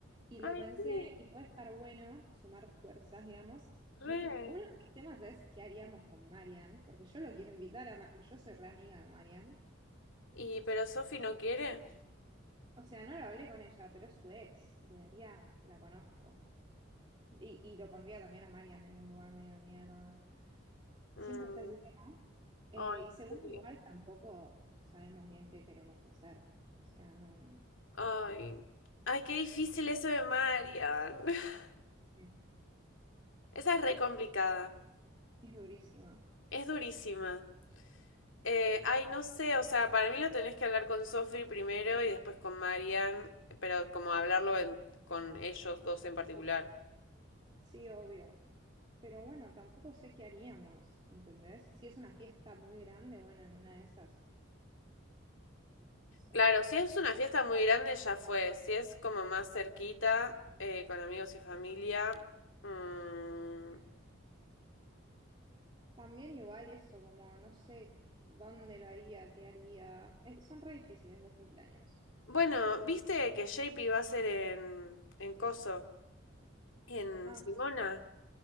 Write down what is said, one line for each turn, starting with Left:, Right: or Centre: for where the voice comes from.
Right: y lo
Left: Ay,
Right: pensé
Left: sí,
Right: y puede estar bueno sumar fuerzas, digamos.
Left: re.
Right: Mi- uno de mis temas es qué haríamos con Marian, porque yo lo quiero invitar a... Ma- yo soy re amiga de Marian.
Left: Y pero Sofi no quiere.
Right: O sea, no lo hablé con ella, pero es su ex. Le daría, la conozco. Y, y lo pondría también a Marian en un lugar medio de mierda. Siempre
Left: Mm.
Right: está ese tema. Eh,
Left: Ay,
Right: y segundo,
Left: sí.
Right: igual tampoco sabemos bien qué queremos hacer. O sea, no...
Left: Ay. Ay, qué difícil eso de Marian. <laughs>
Right: eh,
Left: Esa es re complicada.
Right: Es durísima.
Left: Es durísima. Eh, ay, no sé, o sea, para mí lo tenés que hablar con Sophie primero y después con Marian, pero como hablarlo en- con ellos dos en particular.
Right: Sí, obvio. Pero bueno, tampoco sé qué haríamos, ¿entendés? Si es una fiesta muy grande, bueno, en una de esas, no sé.
Left: Claro, si es una fiesta muy grande, ya fue. Si es como más cerquita, eh, con amigos y familia. mm.
Right: Mm. También igual eso, como no sé dónde lo haría, qué haría. Eh, son re difíciles los cumpleaños.
Left: Bueno, ¿viste que JP va a ser en, en Coso? En
Right: Ah,
Left: Simona.
Right: sí,